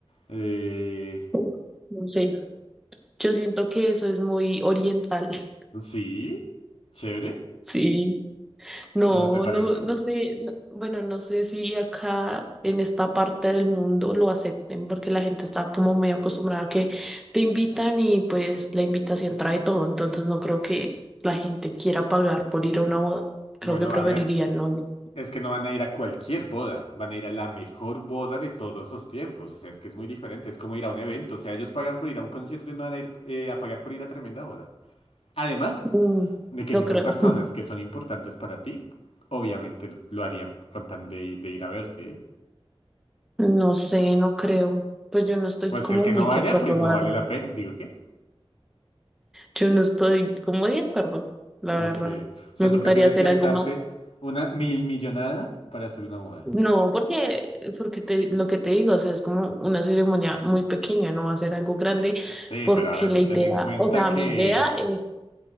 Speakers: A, on the left (about 80°); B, in the centre.
A: Eh,
B: Uf, No sé, yo siento que eso es muy oriental, <laughs>
A: Sí, chévere,
B: sí. No,
A: ¿o no te parece?
B: no, no sé, no- bueno, no sé si acá en esta parte del mundo lo acepten porque la gente está como muy acostumbrada a que te invitan y pues la invitación trae todo, entonces no creo que la gente quiera pagar por ir a una boda.
A: Bueno,
B: Creo que preferirían
A: a ver,
B: no ir.
A: es que no van a ir a cualquier boda, van a ir a la mejor boda de todos los tiempos, o sea, es que es muy diferente, es como ir a un evento, o sea, ellos pagan por ir a un concierto y no van a ir eh, a pagar por ir a tremenda boda. Además
B: Mm,
A: de que
B: no
A: si son
B: creo,
A: personas
B: <laughs>
A: que son importantes para ti, obviamente lo harían con tan de, de ir a verte, ¿eh?
B: no sé, no creo. Pues yo no estoy
A: Pues
B: como
A: si el que
B: muy
A: no
B: de
A: vaya,
B: acuerdo,
A: pues
B: la
A: no vale
B: verdad.
A: la pena, digo, ¿qué?
B: Yo no estoy como de acuerdo, la
A: Ok,
B: verdad.
A: o sea,
B: Me
A: ¿tú
B: gustaría
A: prefieres
B: hacer
A: gastarte
B: algo más.
A: una mil millonada para hacer una boda?
B: No, porque, porque te, lo que te digo, o sea, es como una ceremonia muy pequeña, no va a ser algo grande,
A: Sí,
B: porque
A: pero a ver,
B: la idea,
A: ten en cuenta
B: o sea,
A: que
B: mi idea es